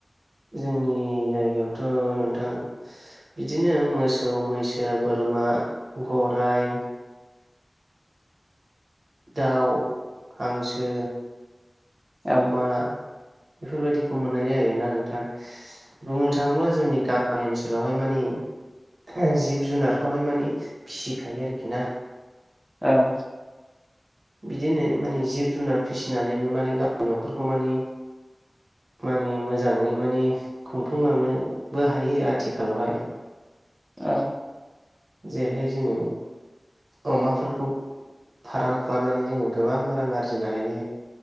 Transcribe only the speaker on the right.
जोंनि जायगायावथ' नोंथां बिदिनो मोसौ, मैसो, बोरमा, गर राइ दाउ, हांसो,
अमा बेफोरबायदिखौ मोननाय जायो आरोना नोंथां। बुंनो थाङोब्ला जोंनि गामि गामि ओनसोलावहाय माने ओ जिब जुनारखौहाय माने फिसिखायो आरोखि ना।
बिदिनो माने जिब जुनार फिसिनानै माने गावनि न'खरखौ माने माने मोजाङै माने खुंफुंलांनोबो हायो आथिखालावहाय।
जेरैहाय जोङो अमाफोरखौ फाराम खालामनानै जोङो गोबां रां आरजिनो हायो।